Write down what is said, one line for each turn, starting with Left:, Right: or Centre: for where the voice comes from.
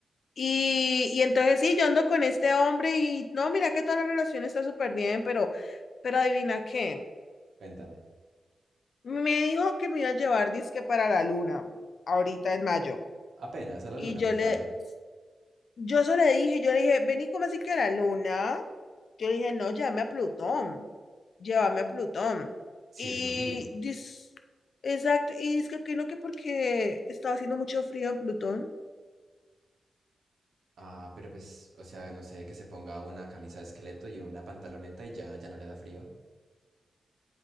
Left: Y, y entonces sí, yo ando con este hombre y no, mira que toda la relación está súper bien, pero, pero adivina qué,
Right: cuéntame.
Left: me dijo que me iba a llevar disque para la luna, ahorita en mayo.
Right: Apenas a la
Left: Y
Right: luna,
Left: yo
Right: muy suave.
Left: le, yo solo le dije, yo le dije, vení como así que a la luna. Yo le dije, no, llévame a Plutón, llévame a Plutón.
Right: Sí,
Left: Y
Right: es lo mínimo.
Left: dis, exacto, y es que que no, que porque estaba haciendo mucho frío en Plutón.
Right: Ah, pero pues, o sea, no sé, que se ponga una camisa de esqueleto y una pantaloneta y ya, ya no le da frío.